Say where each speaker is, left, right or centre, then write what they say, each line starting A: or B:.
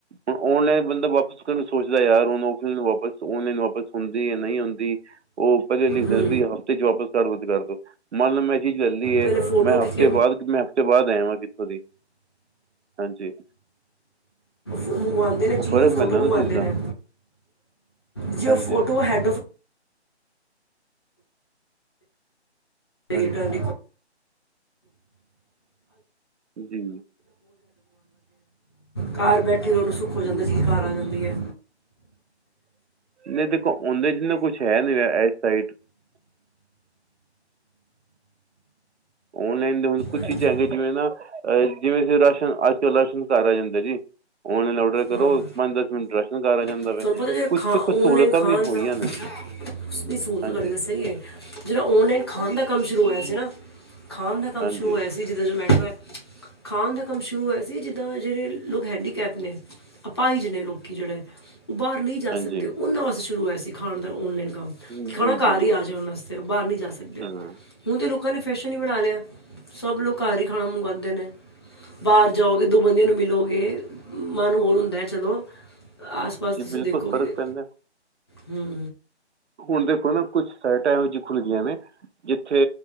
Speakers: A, on the right; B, on the left.
A: ਹੁਣ ਔਨਲਾਈਨ ਬੰਦਾ ਵਾਪਿਸ ਸੋਚਦਾ ਯਾਰ ਹੁਣ ਫਲਾਈਨ ਵਾਪਸ ਔਨਲਾਈਨ ਵਾਪਸ ਹੀ ਨਹੀਂ ਹੁੰਦੀ ਉਹ ਪਹਿਲੇ ਲਿਖਦੇ
B: ਹੂੰ
A: ਵੀ ਹਫ਼ਤੇ ਚ ਵਾਪਸ ਕਰ ਦੋ ਤੇ ਕਰ ਦੋ ਮੰਨ ਲਉ ਮੈਂ ਜੀ। ਝੱਲੀ
B: ਮੇਰੇ
A: ਏ
B: ਫੋਟੋ
A: ਮੈਂ
B: ਖਿੱਚ
A: ਹਫ਼ਤੇ
B: ਕੇ
A: ਬਾਅਦ ਮੈਂ ਹ। ਤੋਂ ਬਾਅਦ ਆਇਆ ਵਾਂ ਕਿੱਥੋਂ ਦੀ ਹਾਂਜੀ।
B: ਮੰਗਵਾਉਂਦੇ ਨੇ ਚੀਜ਼
A: ਉਹ ਫ਼ਰਕ
B: ਦੀ ਫੋਟੋ
A: ਪੈਂਦਾ
B: ਮੰਗਵਾਉਂਦੇ
A: ਨਾ ਉਸ ਚੀਜ਼ ਦਾ
B: ਨੇ ਜੇ
A: ਹਾਂਜੀ
B: ਫੋਟੋ ਹੈੱਡ। <inaudible> ਇਹ
A: ਹਾਂਜੀ
B: ਤਾਂ <unintelligible>
A: ਜੀ
B: ਘਰ ਬੈਠੀ <unintelligible> ਨੂੰ ਸੁੱਖ ਹੋ ਜਾਂਦਾ ਚੀਜ ਘਰ ਆ ਜਾਂਦੀ ਐ।
A: ਨੀਂ ਦੇਖੋ ਉਂਦੇ ਚ ਨਾ ਕੁਛ ਹੈ ਨੀ ਇ ਸਾਇਡ। <unintelligible> ੳਨਲਾਈਨ ਦੇ ਹੁਣ ਕੁੱਛ
B: ਹਾਂਜੀ
A: ਚੀਜਾਂ ਹੈਗੀਆਂ ਜਿਵੇਂ ਨਾ ਜਿਵੇਂ ਰਾਸ਼ਨ ਅੱਜ ਕੱਲ੍ਹ ਰਾਸ਼ਨ ਘਰ ਆ ਜਾਂਦੇ ਜੀ। ੳਨਲਾਈਨ ਔਡਰ
B: ਹਾਂ
A: ਕਰੋ। ਪੰਜ -ਦਸ ਮਿੰਟ ਰਾਸ਼ਨ ਘਰ ਆ ਜਾਂਦਾ
B: ਤੁਹਾਨੂੰ
A: ਵੇ।
B: ਪਤਾ ਜੇ
A: ਕੁਛ
B: ਖਾ
A: ਕੁ ਸਹੂਲਤਾਂ
B: ਆਨਲਾਈਨ ਖਾਣ
A: ਵੀ ਹੋਈਆਂ
B: ਦਾ
A: ਨੇ।
B: ਉਸ ਵੀ ਸਹੂਲਤ
A: ਹਾਂਜੀ
B: ਤੁਆਡੀ ਗੱਲ ਸਹੀ ਏ। ਜੇਹੜਾ ੳਨਲਾਈਨ ਖਾਣ ਦਾ ਕੰਮ ਸ਼ੁਰੂਇਆ ਹਨਾਂ। ਖਾਣ ਦਾ ਕੰਮ
A: ਹਾਂਜੀ
B: ਸ਼ੁਰੂ ਹੋਇਆ ਸੀ ਜਿੱਦਾਂ ਜਮੈਟੋ ਹੈ। ਖਾਣ ਦਾ ਕੰਮ ਸ਼ੁਰੂ ਹੋਇਆ ਸੀ ਜਿੱਦਾਂ ਜਿਹੜੇ ਲੋਕ ਹੈਂਡੀਕੈਪ ਨੇ, ਅਪਾਈਜ ਨੇ ਲੋਕੀ ਜਿਹੜੇ ਬਾਹਰ ਨਈਂ ਜਾ
A: ਹਾਂਜੀ
B: ਸਕਦੇ। ਉਹਨਾਂ ਵਾਸਤੇ ਸ਼ੁਰੂ ਹੋਇਆ ਸੀ ਖਾਣ ਦਾ ੳਨਲਾਈਨ।
A: ਜੀ
B: ਖਾਣਾ ਘਰ
A: ਜੀ
B: ਹੀ ਆ ਜਾ ਉਹਨਾ ਵਾਸਤੇ ਉਹ ਬਾਹਰ ਨੀ ਜਾ ਸਕਦੇ
A: ਹਾਂ
B: ਹੁਣ ਤੇ ਲੋਕਾਂ ਨੇ ਫਿਸ਼ ਈ ਬਣਾ ਲਿਆ ਸਭ ਲੋਕ ਘਰ ਹੀ ਖਾਣਾ ਮੰਗਵਾਦੇ ਨੇ ਬਾਹਰ ਜਾਓਗੇ ਦੋ ਬੰਦਿਆਂ ਨੂੰ ਮਿਲੋ ਫੇਰ ਮਨ ਹੋਰ ਹੁੰਦਾ ਚਲੋ। ਆਸ-ਪਾਸ ਤੁਸੀਂ
A: ਜੀ ਬਿਲਕੁਲ
B: ਦੇਖੋਗੇ
A: ਫ਼ਰਕ ਪੈਂਦਾ
B: ਹੂੰ
A: ਹੁਣ ਦੇ ਕੁਛ ਸਾਈਟਾਂ ਇਹੋ ਜਿਹੀ ਖੁੱਲ ਗਈਆਂ ਨੇ ਜਿੱਥੇ